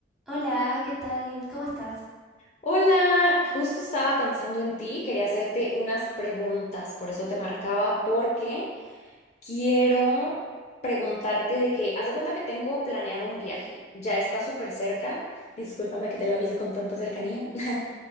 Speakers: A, in the centre; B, on the left (about 40°).
A: Hola, ¿qué tal? ¿Cómo estás?
B: Hola, justo estaba pensando en ti, quería hacerte unas preguntas, por eso te marcaba, porque quiero preguntarte de que, haz de cuenta que tengo planeado un viaje, ya está súper cerca, discúlpame que te lo avise con tanta cercanía, <laughs>